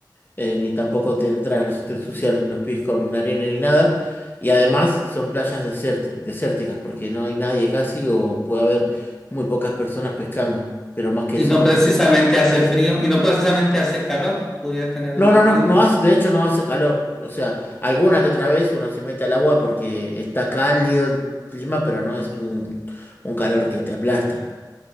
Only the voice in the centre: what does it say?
Y
no
precisamente hace frío, y no precisamente hace calor, pudiera tener
un buen
clima.